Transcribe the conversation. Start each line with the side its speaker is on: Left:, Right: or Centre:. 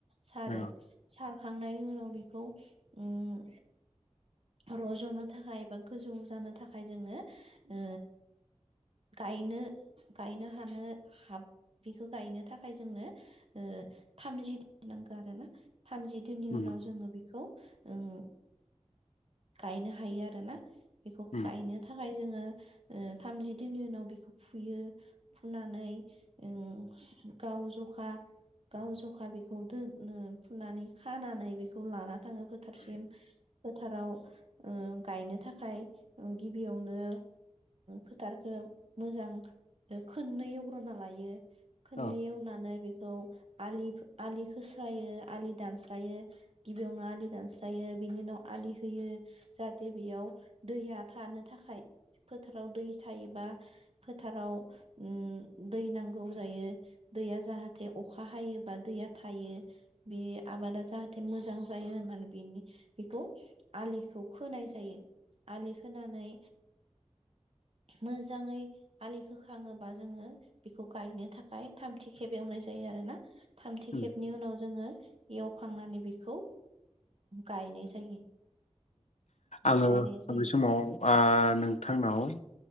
Right: सारो
Left: औ
Right: सार- खांनायनि उनाव बेखौ उम रज'नो थाखाय एबा गोजौ जानो थाखाय जोङो ओ गायनो गायनो हानो हा बेखौ गायनो थाखाय जोंनो थामजिन नांगौ आरो ना। थामजि दिननि
Left: उम
Right: उनाव जोङो बेखौ उम गायनो हायो आरो ना। बेखौ
Left: उम
Right: गायनो थाखाय जोङो थामजि दिननि उनाव बेखौ फुयो फुनानै ओ गाव जखा गाव जखा बेखौ दोनो फुनानै खानानै बेखौ लानानानै थाङो बोथारसिम। फोथाराव गायनो थाखाय गिबियावनो फोथारखौ मोजां खननै एवग्रोना लायो खननै
Left: औ
Right: एवनानै बेखौ आलि आलि खोस्रायो आलि दानस्रायो गिबियावनो आलि दानस्रायो बिनि उनाव फालिहोयो जाहाथे बेयाव दैया थानो थाखाय फोथाराव दै थायोबा फोथाराव उम दै नांगौ जायो। दैया जाहाथे अखा हायोबा दैया थायो बे आबादा जाहाथे मोजां जायो। यो होननानै बेनि बेखौ आलिखौ खोनाय जायो। आलि खोनानै मोजाङै आलि होखाङोबा जोङो बेखौ गायनो थाखाय थामथि खेब एवनाय जायो आरोना थामथि
Left: उम
Right: खेबनि उनाव जोङो एवखांनानै बेखौ गायनाय जायो।
Left: आङो
Right: गायनाय जायो
Left: बै समाव नोंथांनाव